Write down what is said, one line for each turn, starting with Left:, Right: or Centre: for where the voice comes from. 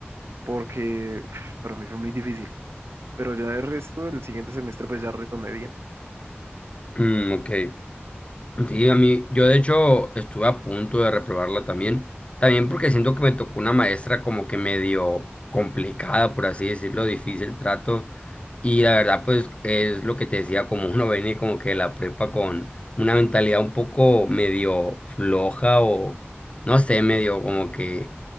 Right: porque <sniffs> para mí fue muy difícil. Pero ya el resto, el siguiente semestre, pues ya retomé bien.
Left: Mm, ok. Sí, a mí, yo de hecho estuve a punto de reprobarla también, también porque siento que me tocó una maestra como que medio complicada, por así decirlo, difícil trato, y la verdad pues es lo que te decía, como uno viene como que de la prepa con una mentalidad un poco medio floja o no sé, medio como que